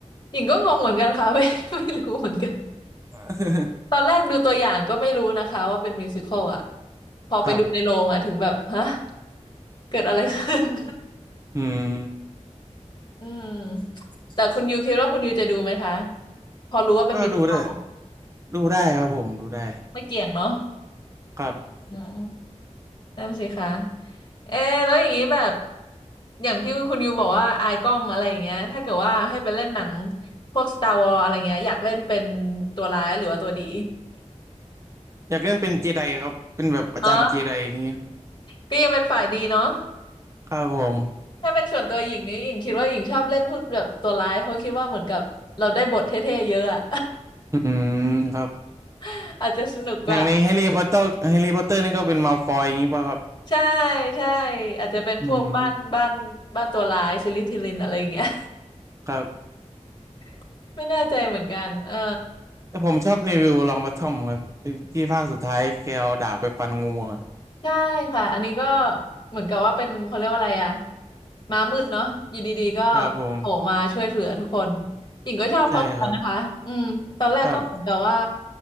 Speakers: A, on the left; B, on the right.
A: หญิงก็งงเหมือนกันค่ะ <laughs> ไม่ไม่รู้เหมือนกัน
B: <laughs>
A: ตอนแรกดูตัวอย่างก็ไม่รู้นะคะว่าเป็นมิวสิคอลอ่ะพอไปดูในโรงอ่ะถึงแบบฮะ
B: ครับ
A: เกิดอะไรขึ้น <laughs>
B: อืม
A: อืมแต่คุณยูคิดว่าคุณยูจะดูไหมคะพอรู้ว่าเป็นมิวสิคอล
B: ก็ดูได้ ดูได้ครับผมดูได้
A: ไม่เกี่ยงเนาะ
B: ครับ
A: อืมนั่นสิคะเอะแล้วอย่างนี้แบบอย่างที่คุณยูบอกว่าอายกล้องอะไรอย่างเงี้ยถ้าเกิดว่าให้ไปเล่นหนังพวก Star Wars อะไรเงี้ยอยากเล่นเป็นตัวร้ายหรือว่าตัวดี
B: อยากเล่นเป็นเจไดครับเป็นแบบอาจารย์เจไดอย่างเงี้ย
A: <laughs> อ๋อก็ยังเป็นฝ่ายดีเนาะ
B: ครับผม
A: ถ้าเป็นส่วนตัวหญิงนี้หญิงคิดว่าหญิงชอบเล่นพูดแบบตัวร้ายเพราะคิดว่าเหมือนกับเราได้บทเท่ๆเยอะอะ
B: อืมครับ
A: <laughs> อาจจะสนุกกว่า
B: อย่างในแฮร์รี่พอตเตอร์แฮร์รี่พอตเตอร์นี่ก็เป็นมัลฟอยอย่างงี้ป่ะครับ
A: ใช่ใช่อาจจะเป็นพวกบ้านบ้านบ้านตัวร้ายซิลิทิลินอะไรอย่างเงี้ย
B: อืมครับ
A: <laughs> ไม่แน่ใจเหมือนกันเออ
B: แต่ผมชอบเนวิลลองบอททอมครับที่ที่ภาคสุดท้ายแกเอาดาบไปฟันงูอะ
A: ใช่ค่ะอันนี้ก็เหมือนกับว่าเป็นเขาเรียกว่าอะไรอะม้ามืดเนาะอยู่ดีๆก็
B: ครับผม
A: โผล่มาช่วยเหลือทุกคนหญิงก็ชอบเขาเหมือนกันนะคะอืมตอนแรกก็เหมือนกับว่า
B: ใช่ครับครับ